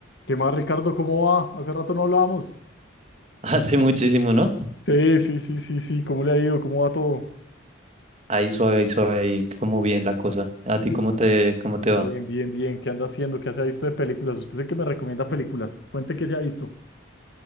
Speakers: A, on the left; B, on the right.
A: ¿Qué más, Ricardo? ¿Cómo va? Hace rato no hablábamos.
B: <laughs> Hace muchísimo, ¿no?
A: Sí, sí, sí, sí, sí. ¿Cómo le ha ido? ¿Cómo va todo?
B: Ahí suave, ahí suave, ahí como bien la cosa. ¿A
A: Sí.
B: ti cómo te, cómo te va?
A: Bien, bien, bien. ¿Qué anda haciendo? ¿Qué se ha visto de películas? Usted es el que me recomienda películas. Cuente qué se ha visto.